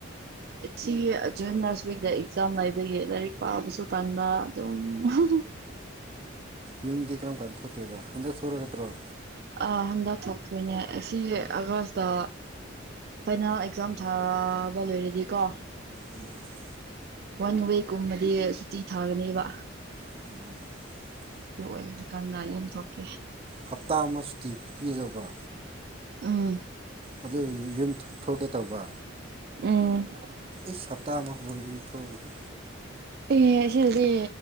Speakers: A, on the right; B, on the right.
A: ꯁꯤꯖ ꯅꯁ ꯋꯤꯛꯇ ꯑꯦꯛꯖꯥꯝ ꯂꯩꯕꯒꯤ ꯂꯥꯏꯔꯤꯛ ꯄꯥꯕꯁꯨ ꯄ <unintelligible>
B: ꯌꯨꯝꯗꯤ ꯀꯔꯝ ꯀꯥꯟꯗ ꯊꯣꯛꯇꯣꯏꯕ ꯍꯟꯗꯛ ꯊꯣꯛꯛꯒꯗ꯭ꯔꯣ
A: ꯑ ꯍꯟꯗꯛ ꯊꯣꯛꯇꯣꯏꯅꯦ ꯑꯁꯤ ꯑꯥꯒꯁꯇ ꯑꯈꫭꯏꯅꯥ ꯑꯦꯛꯖꯥꯝ ꯊꯥꯕ ꯂꯣꯏꯔꯗꯤꯀꯣ
B: ꯎꯝ
A: ꯋꯥꯟ ꯋꯤꯛꯀꯨꯝꯕꯗꯤ ꯁꯨꯇꯤ ꯊꯥꯒꯅꯦꯕ
B: ꯑꯣ
A: ꯑꯗꯨ ꯑꫭꯏꯕ ꯀꯥꯟꯗ ꯌꯨꯝꯊꯣꯛꯀꯦ
B: ꯍꯞꯇꯥ ꯑꯃ ꯁꯨꯇꯤ ꯄꯤꯔꯕ
A: ꯎꯝ
B: ꯑꯗꯨ ꯌꯨꯝ ꯊꯣꯛꯀꯦ ꯇꯧꯕ
A: ꯎꯝ
B: ꯏꯁ ꯍꯞꯇꯥ ꯑꯃꯕꯨ ꯌꯨꯝꯊꯣꯛꯑ <unintelligible>
A: ꯑꯦꯍ ꯑꯁꯤꯗꯤ